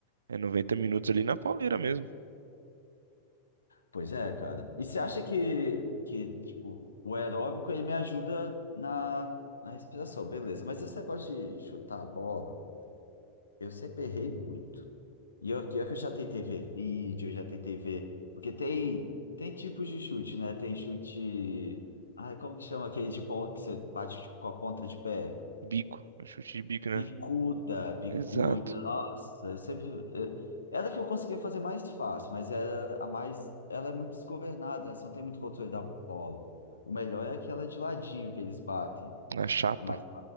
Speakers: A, on the right; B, on the left.
A: É 90 minutos ali na pauleira mesmo.
B: Pois é, cara. E você acha que, que tipo, o aeróbico ele me ajuda na, na respiração, beleza. Mas esse negócio de chutar a bola, eu sempre errei muito. E eu, que eu que eu já tentei ver vídeo, eu já tentei ver. Porque tem, tem tipos de chute, né? Tem chute. Ai, como que chama aquele de bola que você bate tipo, com a ponta de pé?
A: Bico. No chute de bico,
B: Bicuda,
A: né?
B: bicuda.
A: Exato.
B: Nossa, eu sempre. eu- Era a que eu conseguia fazer mais fácil, mas era a mais. Ela é muito desgovernada, né? Você não tem muito controle da bola. O melhor é aquela de ladinho que eles batem.
A: Na chapa.
B: Tipo, mais